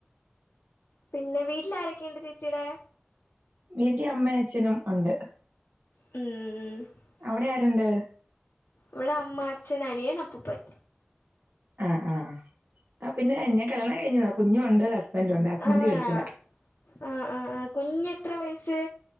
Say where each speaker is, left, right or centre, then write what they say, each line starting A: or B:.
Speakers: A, on the left; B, on the right.
A: പിന്നെ വീട്ടിൽ ആരൊക്കെയുണ്ട് ചേച്ചീടെ
B: വീട്ടി അമ്മ അച്ഛനും ഉണ്ട്
A: ഉം
B: അവിടെ ആരുണ്ട്
A: ഇവിടെ അമ്മ അച്ഛൻ അനിയൻ അപ്പൂപ്പൻ
B: ആഹ് ആഹ് ആഹ് പിന്നെ ഞാൻ കല്യാണം കഴിഞ്ഞതാ കുഞ്ഞുവുണ്ട് ഹസ്‌ബൻ്റുണ്ട് ഹസ്ബൻ്റ്
A: ആണാ
B: ഗൾഫിലാ
A: ആഹ് ആഹ് ആഹ് കുഞ്ഞ് എത്ര വയസ്സ്